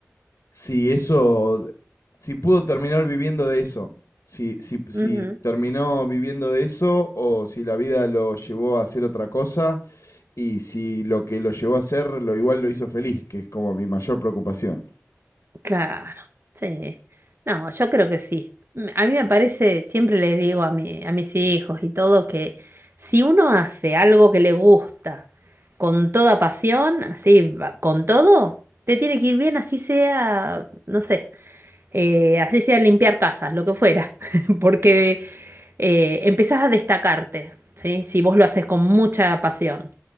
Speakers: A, on the left; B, on the right.
A: si eso, si pudo terminar viviendo de eso. Si, si, si
B: ujú,
A: terminó viviendo de eso o si la vida lo llevó a hacer otra cosa y si lo que lo llevó a hacer, lo igual lo hizo feliz, que es como mi mayor preocupación.
B: Claro. Sí. No, yo creo que sí. M- A mí me parece, siempre le digo a mi, a mis hijos y todo que si uno hace algo que le gusta con toda pasión, así, va- con todo, te tiene que ir bien, así sea, no sé, eh, así sea limpiar casas, lo que fuera, <laughs> porque eh, empezás a destacarte, ¿sí? Si vos lo haces con mucha pasión.